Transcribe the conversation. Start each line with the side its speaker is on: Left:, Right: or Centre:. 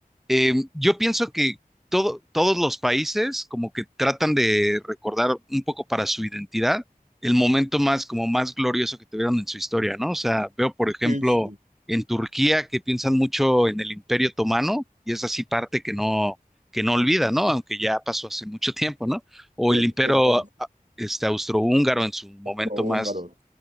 Centre: Eh, yo pienso que todo, todos los países como que tratan de recordar un poco para su identidad el momento más como más glorioso que tuvieron en su historia, ¿no? O sea, veo por ejemplo
Right: Sí, sí.
Centre: en Turquía que piensan mucho en el Imperio Otomano y es así parte que no que no olvida, ¿no? Aunque ya pasó hace mucho tiempo, ¿no? O
Right: Qué,
Centre: el Imperio
Right: qué buenas,
Centre: ah, este austrohúngaro en su momento
Right: húngaros.
Centre: más